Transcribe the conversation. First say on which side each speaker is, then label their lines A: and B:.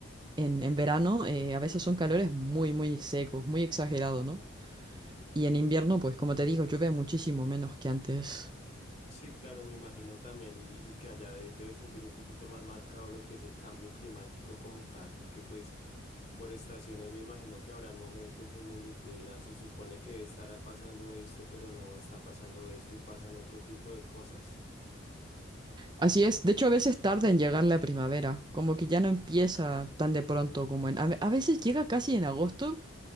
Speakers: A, on the right; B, on the left.
A: en, en verano eh, a veces son calores muy, muy secos, muy exagerados, ¿no? Y en invierno, pues como te digo, llueve muchísimo menos que antes.
B: Sí, claro, me imagino también, y, y que allá de- debe sentir un poquito más marcado lo que es el cambio climático como tal, porque pues Por estaciones me imagino que habrán momentos en donde tú dirás, se supone que estará pasando esto, pero no está pasando esto y pasan otro tipo de cosas.
A: Así es, de hecho a veces tarda en llegar la primavera, como que ya no empieza tan de pronto como en... A, ve- a veces llega casi en agosto,